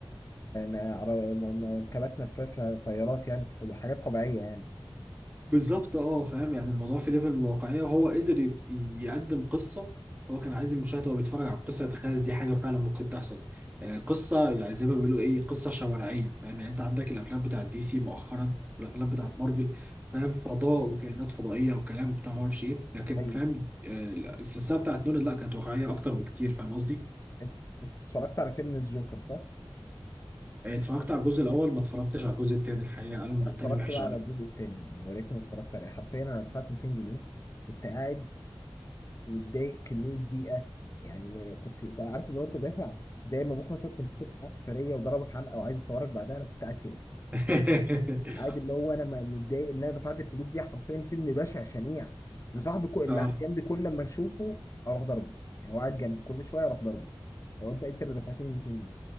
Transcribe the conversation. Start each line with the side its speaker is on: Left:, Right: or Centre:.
Left: آه، عر- كبات نفاثه طيارات يعني حاجات طبيعيه يعني
Right: بالظبط اه فاهم يعني الموضوع في ليفل من الواقعية وهو قدر ي- يقدم قصة هو كان عايز المشاهد وهو بيتفرج على القصة يتخيل دي حاجة فعلا ممكن تحصل آه، قصة يعني زي ما بيقولوا ايه قصة شوارعية فاهم يعني انت عندك الافلام بتاعت دي سي مؤخرا والافلام بتاعت مارفل فاهم فضاء وكائنات فضائية وكلام وبتاع ما اعرفش ايه لكن
Left: ايوه
Right: فاهم آه، السلسلة بتاعت نولان لا كانت واقعية اكتر بكتير فاهم قصدي
Left: انت انت اتفرجت على فيلم الجوكر صح؟
Right: آه، اتفرجت على الجزء الاول ما اتفرجتش على الجزء التاني الحقيقة قالوا ان
Left: أنا
Right: التاني
Left: اتفرجت
Right: وحش
Left: بقى
Right: قوي
Left: على الجزء التاني يعني يا ريتني ما اتفرجت عليه حرفيا انا دفعت 200 جنيه كنت قاعد متضايق كميه ضيقه يعني كنت بقى عارف اللي هو انت دافع زي ما ابوك مثلا كان مسكوك في سفريه وضربك حلقه وعايز يصورك بعدها انا كنت قاعد كده
Right: <laughs>
Left: قاعد اللي هو انا م- متضايق ان انا دفعت الفلوس دي حرفيا فيلم بشع شنيع وصاحبي كو- اللي
Right: اه
Left: قاعد جنبي كل لما اشوفه اروح ضربه يعني هو قاعد جنبي كل شويه اروح ضربه هو انت انت اللي دفعتني 200 جنيه